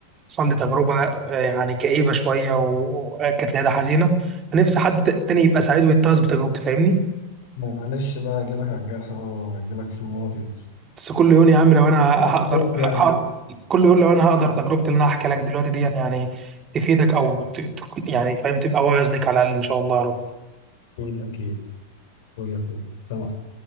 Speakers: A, on the right (about 25°); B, on the left (about 50°).
A: حصل لي تجربة آه، يعني كئيبة شوية وكانت نهايتها حزينة فنفسي حد ت- تاني يبقى سعيد ويتعظ بتجربتي فاهمني
B: معلش بقى أجيلك على الجرح بقى وأجيلك في الماضي بس
A: بس كل يوم يا عم لو أنا
B: أخوك
A: هقدر هقدر
B: يعني
A: كل يوم لو أنا هقدر تجربتي اللي أنا هحكي لك دلوقتي دي يعني تفيدك أو ت... ت- يعني فاهم تبقى واعظ ليك على الأقل إن شاء الله يا رب
B: أكيد أكيد قول يا أخوي سامع